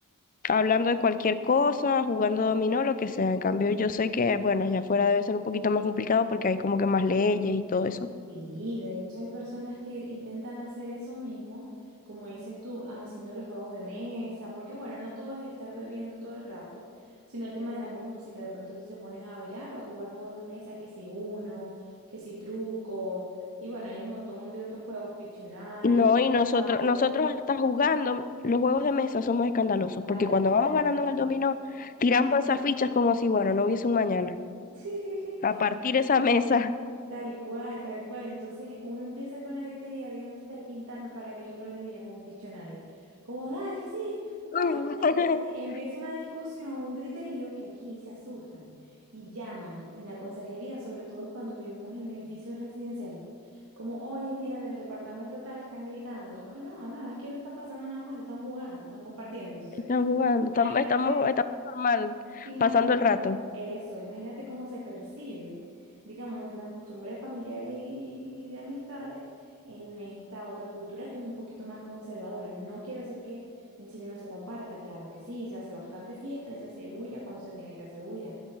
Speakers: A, on the left; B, on the right.
A: hablando de cualquier cosa, jugando dominó, lo que sea. En cambio, yo sé que, bueno, allá afuera debe ser un poquito más complicado porque hay como que más leyes y todo eso.
B: Sí, de hecho hay personas que intentan hacer eso mismo, como dices tú, haciendo los juegos de mesa, porque bueno, no todo es estar bebiendo todo el rato, sino el tema de la música, de pronto si se ponen a bailar o a jugar juegos de mesa, que si uno, que si truco, y bueno, hay un montón de otros juegos, Pictionary,
A: No, y nosotros,
B: Scrabble,
A: nosotros hasta jugando los juegos de mesa somos escandalosos,
B: tal
A: porque cuando
B: cual.
A: vamos ganando en el dominó, tiramos esas fichas como si, bueno, no hubiese un mañana.
B: <laughs>
A: A partir esa mesa.
B: Tal cual, tal cual. Entonces uno empieza con la gritería, dígame si estáis pintando para que el otro adivine con un Pictionary. Como, dale, sí, está,
A: <laughs>
B: no sé". Entonces empieza una discusión, un griterío que aquí se asustan y llaman en la conserjería, sobre todo cuando vivimos en edificios residenciales. Como, oye, mira, en el departamento tal están gritando. Ah, no, no, es que no está pasando nada malo, están jugando, están compartiendo. Entonces,
A: Están jugando, estamos,
B: imagínate.
A: estamos, estamos normal,
B: Imagínate
A: pasando el rato.
B: cómo, eso, imagínate cómo se percibe, digamos, nuestras costumbres familiares y, y de amistades en esta otra cultura que es un poquito más conservadora. No quiero decir que en Chile no se comparta, claro que sí, se hace bastante fiesta y se hace bulla cuando se tiene que hacer bulla,